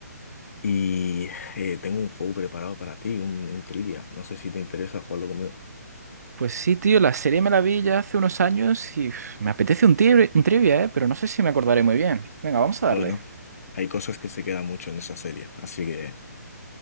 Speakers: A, on the left; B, on the right.
A: Y eh, tengo un juego preparado para ti, un, un trivia. No sé si te interesa jugarlo conmigo.
B: Pues sí, tío, la serie me la vi ya hace unos años y uf, me apetece un, tri- un trivia, ¿eh? Pero no sé si me acordaré muy bien. Venga, vamos
A: Bueno,
B: a darle.
A: hay cosas que se quedan mucho en esa serie, así que